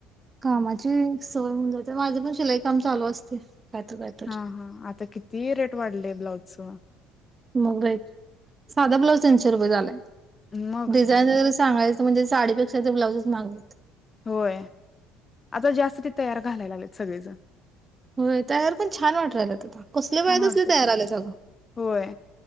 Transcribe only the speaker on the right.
कामाची सवय होऊन जाते. माझे पण शिलाई काम चालू असते. कायतर कायतर
मुंबईत साधा ब्लाऊज तीनशे रुपये झालाय.
डिझायनरच सांगायचं म्हणजे साडीपेक्षा ते ब्लाउजच महाग झालेत.
होय, तयार पण छान वाटू राहिलात. आता कसले बाह्या
कसले तयार आल्या अग.